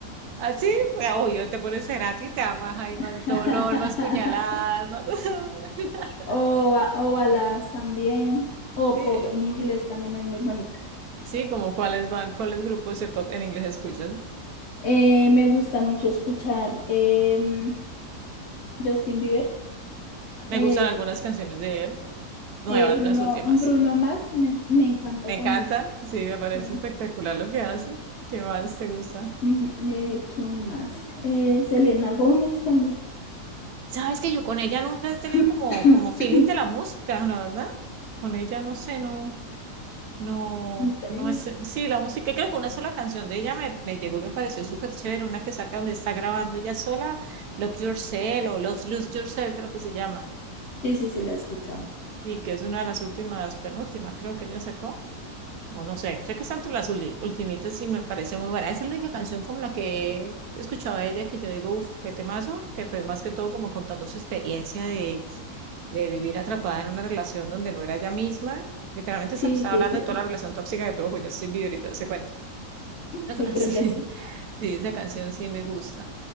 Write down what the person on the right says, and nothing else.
Así, obvio, te pones Cerati y te amas, hay
más dolor, más puñaladas, más... <laughs>
Sí,
sí, como cuáles van, cuáles grupos de pop en inglés escuchas.
Me
gustan algunas canciones de él, nuevas,
las últimas.
Me
encanta, sí, me parece
espectacular lo que hace. ¿Qué más te gusta?
Sabes que yo con ella nunca he tenido
como, como feeling de la
música, la verdad. Con ella no sé, no, no,
no es. Sí, la música, creo que una sola canción de ella me, me llegó y me pareció súper chévere. Una que saca donde está grabando ella sola, Love Yourself o Lose, Lose Yourself, creo que se llama.
Y que es una de las últimas, penúltimas, creo que ella sacó. O no sé, sé que está entre las uli- ultimitas y me parece muy buena. Esa es la única canción como la que he escuchado de ella que yo digo, uff, qué temazo, que fue más que todo como contando su experiencia de, de vivir atrapada en una relación donde no era ella misma. Literalmente
se estaba
hablando
de toda la relación tóxica que tuvo con Justin Bieber y todo ese cuento. <laughs>
Sí,
sí, esa canción sí me gusta.